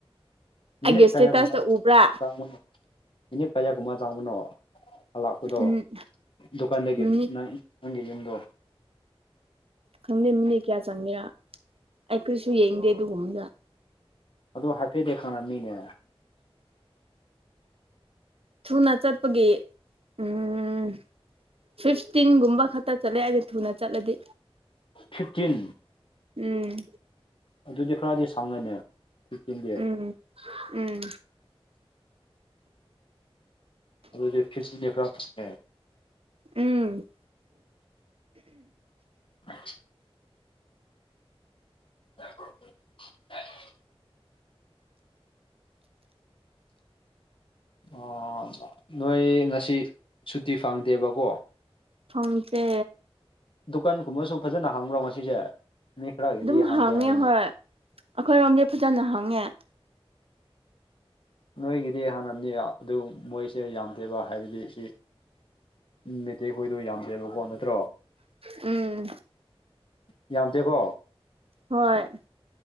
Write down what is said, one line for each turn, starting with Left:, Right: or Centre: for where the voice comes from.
Left: ꯃꯤꯅꯤꯠ
Right: ꯑꯩꯒꯤ ꯏꯁꯇꯦꯇꯁꯇ
Left: ꯀꯌꯥꯒꯨꯝꯃ
Right: ꯎꯕ꯭ꯔꯥ
Left: ꯆꯪꯕꯅꯣ ꯃꯤꯅꯤꯠ ꯀꯌꯥꯒꯨꯝꯕ ꯆꯥꯡꯕꯅꯣ ꯍꯂꯥꯛꯄꯗꯣ
Right: ꯎꯝ
Left: ꯗꯨꯀꯥꯟꯗꯒꯤ
Right: ꯃꯤꯅꯤꯠ
Left: ꯅꯪ ꯅꯪꯒꯤ ꯌꯨꯝꯗꯣ
Right: ꯈꯪꯗꯦ ꯃꯤꯅꯤꯠ ꯀꯌꯥ ꯆꯪꯒꯦꯔ ꯑꯩ ꯀꯔꯤꯁꯨ ꯌꯦꯡꯗꯦ ꯑꯗꯨꯒꯨꯝꯕꯗ
Left: ꯑꯗꯣ ꯍꯥꯏꯐꯦꯠꯗꯤ ꯈꯪꯂꯝꯃꯤꯅꯦ
Right: ꯊꯨꯅ ꯆꯠꯄꯒꯤ ꯎꯝ ꯐꯤꯐꯇꯤꯟꯒꯨꯝꯕ ꯈꯛꯇ ꯆꯠꯂꯦ ꯑꯥꯗꯤ ꯊꯨꯅ ꯆꯠꯂꯗꯤ
Left: ꯐꯤꯞꯇꯤꯟ
Right: ꯎꯝ
Left: ꯑꯗꯨꯗꯤ ꯈꯔꯗꯤ ꯁꯪꯉꯤꯅꯦ ꯐꯤꯞꯇꯤꯟꯗꯤ
Right: ꯎꯝ ꯎꯝ
Left: ꯑꯗꯨ ꯐꯤꯖꯤꯅꯦ <unintelligible>
Right: ꯎꯝ
Left: <inaudible> <inaudible> ꯑ‌ ꯅꯣꯏ ꯉꯁꯤ ꯁꯨꯇꯤ ꯐꯪꯗꯦꯕꯀꯣ
Right: ꯐꯪꯇꯦ
Left: ꯗꯨꯀꯥꯟꯒꯨꯝꯕꯁꯨ ꯐꯖꯅ ꯍꯥꯡꯕ꯭ꯔꯣ ꯉꯁꯤꯁꯦ ꯃꯤ ꯈ꯭ꯔꯒꯤꯗꯤ
Right: ꯑꯗꯨꯝ
Left: ꯍꯥꯡꯗꯦ
Right: ꯍꯥꯡꯉꯦ
Left: ꯍꯥꯏꯌꯦꯅꯦ
Right: ꯍꯣꯏ ꯑꯩꯈꯣꯏꯔꯣꯝꯗꯤ ꯐꯖꯅ ꯍꯪꯉꯦ
Left: ꯅꯣꯏꯒꯤꯗꯤ ꯍꯥꯟꯅꯅꯕꯅꯤ ꯑꯗꯨ ꯃꯣꯏꯁꯦ ꯌꯥꯝꯗꯦꯕ ꯍꯥꯏꯕꯗꯤ ꯁꯤ ꯎꯝ ꯃꯦꯠꯇꯩ ꯈꯣꯏꯗꯣ ꯌꯥꯝꯗꯦꯕꯀꯣ ꯅꯠꯇ꯭ꯔꯣ
Right: ꯎꯝ
Left: ꯌꯥꯝꯗꯦꯀꯣ
Right: ꯍꯣꯏ